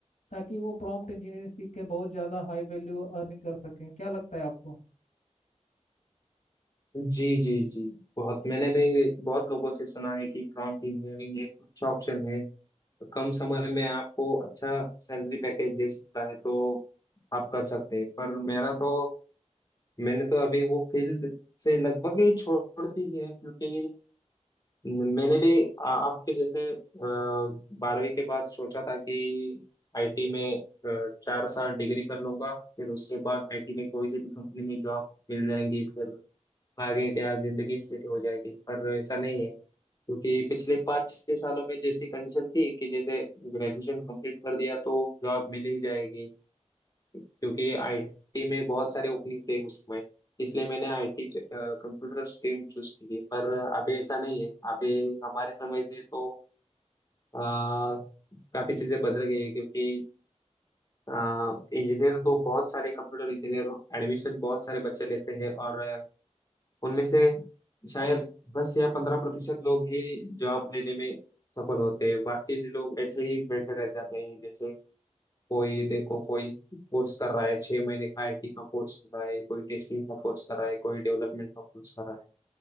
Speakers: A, on the left; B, on the left.
A: ताकि वो प्रॉम्प्ट इंजीनियरिंग सीख के बहुत ज़्यादा हाई वैल्यू अर्निंग कर सकें क्या लगता है आपको
B: जी जी जी बहुत मैंने भी बहुत लोगों से सुना है कि प्रॉम्प्ट इंजीनियरिंग एक अच्छा ऑप्शन है तो कम समय में आपको अच्छा सैलरी पैकेज दे सकता है तो आप कर सकते हैं पर मेरा तो मैंने तो अभी वो फील्ड से लगभग ही छोड़ दी है क्योंकि मैंने भी आ, आपके जैसे अ, बारहवीं के बाद सोचा था कि आईटी में अ, चार साल डिग्री कर लूंगा फिर उसके बाद आईटी में कोई सी भी कंपनी में जॉब मिल जाएंगी फिर आगे क्या जिंदगी सेट हो जाएगी पर ऐसा नहीं है क्योंकि पिछले पाँच छह सालों में जैसी कंडीशन थी कि जैसे ग्रेजुएशन कंप्लीट कर दिया तो जॉब मिल ही जाएगी क्योंकि आईटी में बहुत सारे ओपनिंग थे उस समय इसलिए मैंने आईटी computer stream choose की थी पर अभी ऐसा नहीं है अभी हमारे समय से तो अ, काफी चीजें बदल गई है क्योंकि इंजीनियर तो बहुत सारे कंप्यूटर इंजीनियर एडमिशन बहुत सारे बच्चे लेते हैं और उनमें से शायद दस या पंद्रह प्रतिशत लोग ही जॉब लेने में सफल होते हैं बाकी जो लोग ऐसे ही बैठे रह जाते हैं जैसे कोई देखो कोई कोर्स कर रहा है छह महीने का आईटी का कोर्स कर रहा है कोई टेस्टिंग का कोर्स कर रहा है कोई डेवलपमेंट का कोर्स कर रहा है